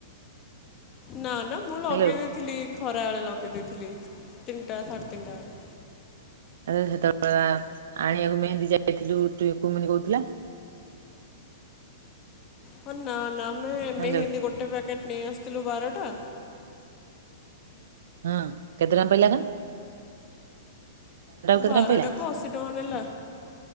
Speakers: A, on the left; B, on the right.
A: ନା ନା ମୁଁ ଲଗେଇ
B: ହ୍ୟାଲୋ
A: ଦେଇଥିଲି, ଖରା ବେଳେ ଲଗେଇ ଦେଇଥିଲି। ତିନିଟା ସାଢ଼େ ତିନିଟା ବେଳେ।
B: ଆରେ ସେତେବେଳେ <inaudible> ଆଣିବାକୁ ମେହେନ୍ଦୀ ଯାଇଥିଲୁ ଟୁଇ କୁମିନି କହୁଥିଲା।
A: ହଁ ନା ନା ଆମେ
B: ହ୍ୟାଲୋ
A: ମେହେନ୍ଦୀ ଗୋଟେ ପ୍ୟାକେଟ୍ ନେଇ ଆସିଥିଲୁ ବାରଟା।
B: ହଁ କେତେ ଟଙ୍କା ପଇଲା କଣ? କେତେ
A: ବାରଟା
B: ଟଙ୍କା ପଇଲା
A: କୁ ଅଶୀ ଟଙ୍କା ନେଲା।